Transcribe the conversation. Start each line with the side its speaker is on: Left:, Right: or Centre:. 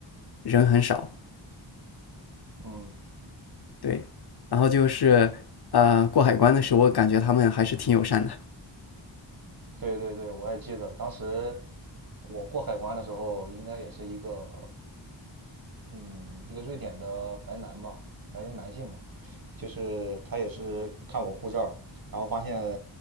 Left: 人很少。
Right: 嗯
Left: 对，然后就是呃过海关的时候，我感觉他们还是挺友善的。
Right: 对对对，我也记得当时我过海关的时候，应该也是一个嗯，一个瑞典的白男吧，白人男性嘛，就是他也是看我护照，然后发现，